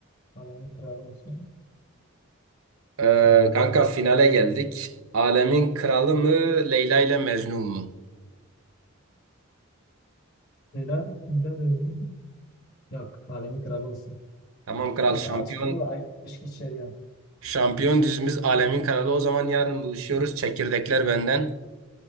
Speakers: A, on the left (about 45°); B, on the right (about 80°).
A: Alemin kralı olsun.
B: Ee,
A: Ee,
B: kanka finale geldik. Alemin Kralı mı, Leyla ile Mecnun mu?
A: Leyla, Gülen ve Mecnun yok. Alemin kralı olsun.
B: Tamam kral,
A: O
B: şampiyon
A: da aşk, o da aşk içeriyor.
B: şampiyon dizimiz Alemin Kralı. O zaman yarın buluşuyoruz. Çekirdekler benden.